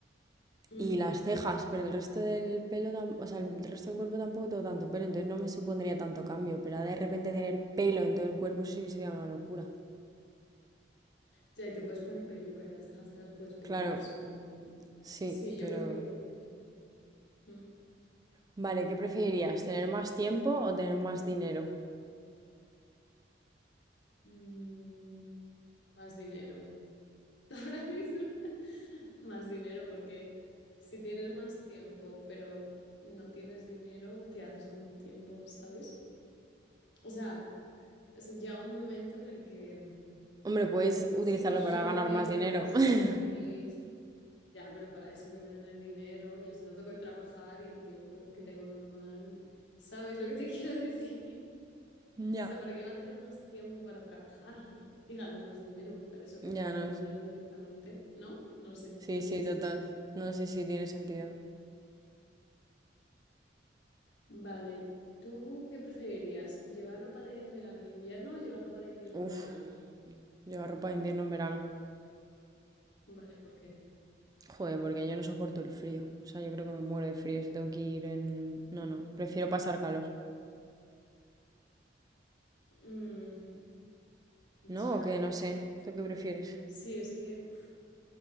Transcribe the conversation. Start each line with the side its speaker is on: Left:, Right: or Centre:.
Left: Mm.
Right: y las cejas, pero el resto del pelo, tam- o sea, el resto del cuerpo tampoco tengo tanto pelo, entonces no me supondría tanto cambio, pero de repente tener pelo en todo el cuerpo eso sí que sería una locura.
Left: Ya, y te puedes poner peluca y las cejas te las puedes pintar,
Right: Claro,
Left: supongo, ¿no?
Right: sí,
Left: Sí,
Right: pero...
Left: yo creo que igual que tú. Mm.
Right: Vale, ¿qué preferirías? ¿Tener más tiempo o tener más dinero?
Left: Mm, Más dinero. <laughs> ahora mismo más dinero, porque si tienes más tiempo, pero no tienes dinero, ¿qué haces con tu tiempo, sabes? O sea, se llega un momento en el que
Right: Hombre, puedes utilizarlo
Left: sí, puedes
Right: para
Left: usar
Right: ganar
Left: tu tiempo
Right: más dinero.
Left: como en tus
Right: <laughs>
Left: hobbies, ya, pero para eso que me den el dinero y así no tengo que trabajar y el tiempo que tengo normal, ¿sabes lo que te <laughs> quiero decir?
Right: Ya.
Left: O sea, ¿para qué iba a tener más tiempo para trabajar <laughs> y ganar más dinero? Para eso
Right: Ya
Left: que me den
Right: no es.
Left: dinero directamente, ¿no? No sé,
Right: Sí,
Left: ¿tú qué
Right: sí,
Left: piensas?
Right: total. No, sí, sí, tiene sentido.
Left: Vale, ¿tú qué preferirías? ¿Llevar ropa de verano en invierno o llevar ropa de invierno en
Right: Uf,
Left: verano?
Right: llevar ropa de invierno en verano.
Left: Vale, ¿por qué?
Right: Joder, porque yo no soporto el frío. O sea, yo creo que me muero de frío si tengo que ir en... No, no, prefiero pasar calor.
Left: Mm,
Right: ¿No
Left: ya.
Right: o qué? No sé. ¿Tú qué prefieres?
Left: Sí, es que, uf,